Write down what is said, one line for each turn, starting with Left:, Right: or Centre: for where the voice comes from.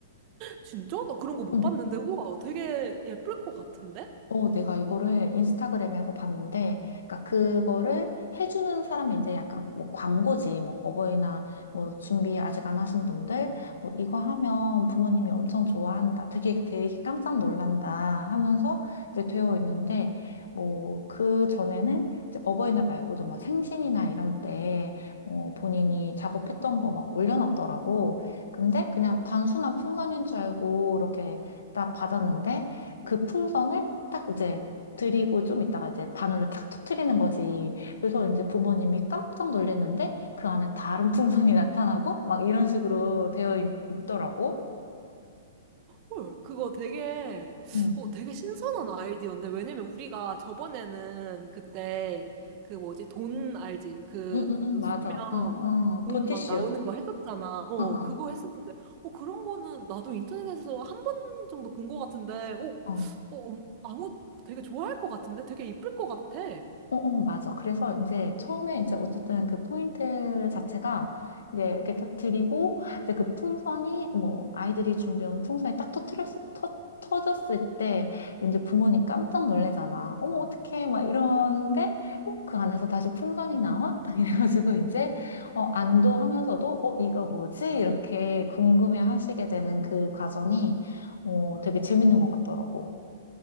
Right: 진짜? 나 그런 거 못
Left: 응.
Right: 봤는데, 우와, 되게 예쁠 것 같은데?
Left: 어, 내가 이거를 인스타그램에서 봤는데, 그러니까 그거를 해주는 사람이 이제 약간 뭐 광고지, 뭐 어버이날 뭐 준비 아직 안 하신 분들, 뭐 이거 하면 부모님이 엄청 좋아한다, 되게 되게 깜짝 놀란다 하면서 이제 되어 있는데, 뭐 그 전에는 이제 어버이날 말고도 막 생신이나 이런 때, 어, 본인이 작업했던 거 막 올려놨더라고. 근데 그냥 단순한 풍선인 줄 알고 이렇게 딱 받았는데, 그 풍선을 딱 이제 드리고 좀 있다가 이제 바늘로 탁 터트리는 거지. 그래서 이제 부모님이 깜짝 놀랐는데 그 안에 다른 풍선이 <laughs> 나타나고 막 이런 식으로 되어 있, 더라고
Right: 헐, 그거 되게,
Left: 응,
Right: 어, 되게 신선한 아이디어인데, 왜냐면 우리가 저번에는 그때, 그 뭐지, 돈 알지? 그,
Left: 응, 응, 응, 맞아.
Right: 쏘면
Left: 어, 어,
Right: 돈
Left: 돈티슈.
Right: 막 나오는 거 했었잖아. 어,
Left: 어, 어,
Right: 그거 했었는데, 어, 그런 거는 나도 인터넷에서 한 번 정도 본 거 같은데, 어,
Left: 어.
Right: 어, 음, 아무, 되게 좋아할 것 같은데? 되게 이쁠 것 같아.
Left: 어, 어, 맞아. 그래서 이제 처음에 이제 어쨌든 그 포인트 자체가 이제 이렇게 딱 드리고 이제 그 풍선이 뭐 아이들이 준비한 풍선이 딱 터트렸, 터, 터졌을 때 이제 부모님 깜짝 놀래잖아. 어머, 어떡해. 막 이러는데 어, 그 안에서 다시 풍선이 나와? 딱 이래가지고 이제 어, 안도하면서도 어, 이거 뭐지? 이렇게 궁금해 하시게 되는 그 과정이 어, 되게 재밌는 것 같더라고.